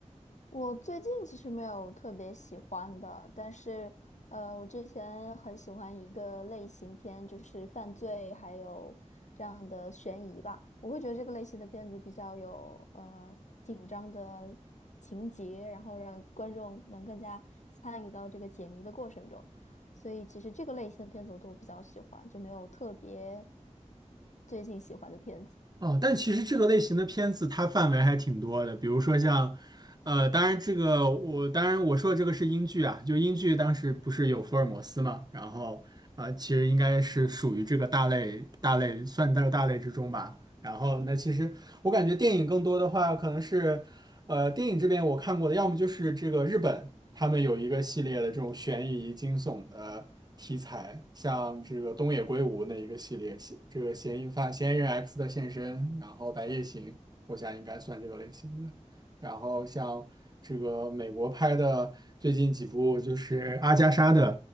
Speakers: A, on the left; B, on the right.
A: 我最近其实没有特别喜欢的，但是呃，我之前很喜欢一个类型片，就是犯罪还有这样的悬疑吧。我会觉得这个类型的片子比较有呃紧张的情节，然后让观众能更加参与到这个解谜的过程中。所以其实这个类型的片子我都比较喜欢，就没有特别最近喜欢的片子。
B: 哦，但其实这个类型的片子它范围还挺多的，比如说像，呃，当然这个我当然我说的这个是英剧啊，就英剧当时不是有福尔摩斯嘛，然后呃，其实应该是属于这个大类大类算到大类之中吧。然后那其实我感觉电影更多的话可能是。呃，电影这边我看过的，要么就是这个日本，他们有一个系列的这种悬疑惊悚的题材，像这个东野圭吾那一个系列，嫌这个嫌疑犯嫌疑人 X 的现身，然后《白夜行》，我想应该算这个类型的。然后像这个美国拍的最近几部，就是阿加莎的